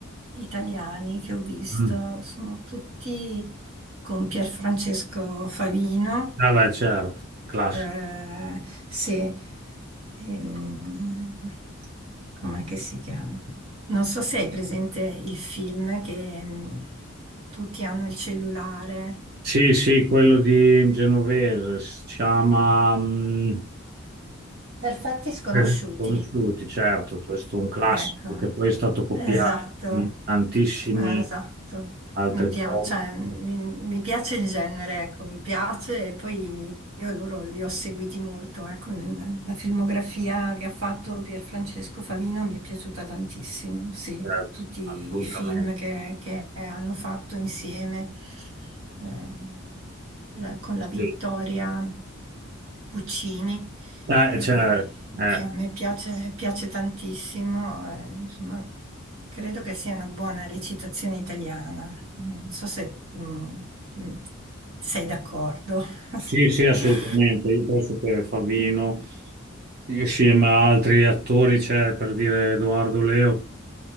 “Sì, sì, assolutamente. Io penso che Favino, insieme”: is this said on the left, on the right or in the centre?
Right